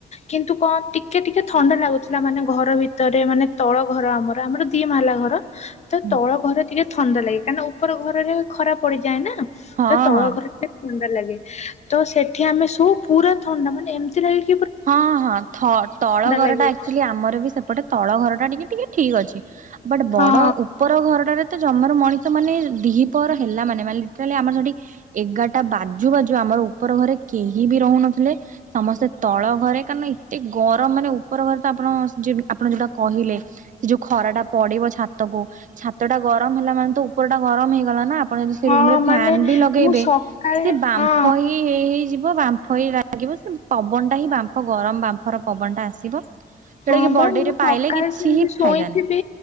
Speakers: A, on the left; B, on the right.
A: କିନ୍ତୁ କଣ ଟିକେ ଟିକେ ଥଣ୍ଡା ଲାଗୁଥିଲା ମାନେ ଘର ଭିତରେ ମାନେ ତଳ ଘର ଆମର ଆମର ଦି ମହଲା ଘର ତ
B: ହୁଁ।
A: ତଳ ଘରେ ଟିକେ ଥଣ୍ଡା ଲାଗେ କାହିଁକିନା ଉପର ଘରରେ ଖରା ପଡିଯାଏ ନା।
B: ହଁ
A: ତ ତଳ
B: ହଁ।
A: ଘର ଟିକେ ଥଣ୍ଡା ଲାଗେ ତ ସେଠି ଆମେ ସବୁ ପୁରା ଥଣ୍ଡା ମାନେ ଏମିତି ଲାଗେକି
B: ହଁ ହଁ ଥ ତଳ ଘର
A: ଲାଗେ
B: ଟା ଆକ୍ଚୁଆଲି ଆମର ବି ସେପଟେ ତଳ ଘର ଟା ଟିକେ ଟିକେ ଠିକ ଅଛି। ବଟ ବଡ
A: ହଁ
B: ଉପର ଘରଟାରେ ତ ଜମର ମଣିଷ ମାନେ ଦିହିପହର ହେଲା ମାନେ ଲିଟରାଲି ଆମର ସେଠି ଏଗାରଟା ବାଜୁ ବାଜୁ ଆମର ଉପର ଘରେ କେହି ବି ରହୁନଥିଲେ। ସମସ୍ତେ ତଳ ଘରେ କାଁକ ନା ଏତେ ଗରମ ମାନେ ଉପର ଘରେ ତ ଆପଣ ଆପଣ ଯଉଟା କହିଲେ ସେ ଯୋଉ ଖରା ଟା ପଡିବ ଛାତକୁ। ଛାତ ଟା ଗରମ ହେଲା ମାନେ ତ ଉପର ଟା ଗରମ ହେଇଗଲା ନା ଆପଣ ଯଦି ସେ
A: ହଁ
B: ରୁମ ରେ ଫ୍ୟାନ୍
A: ମାନେ
B: ବି ଲଗେଇବେ
A: ମୁଁ ସକାଳେ
B: ସେ ବାମ୍ଫ
A: ହଁ
B: ହିଁ ହେଇ ହେଇଯିବ ବାମ୍ଫ ଲାଗିବ ସେ ପବନଟା ହିଁ ବାମଫ ଗରମ ବାମ୍ଫର ପବନଟା ଆସିବ। ଯୋଉଟା
A: ହଁ
B: କି
A: ବା
B: ବଡିରେ
A: ମୁଁ ସକାଳେ
B: ପାଇଲେ କିଛି
A: ସେମିତି
B: ହିଁ
A: ଶୋଇଥିବି
B: ଫାଇଦା ନାହିଁ।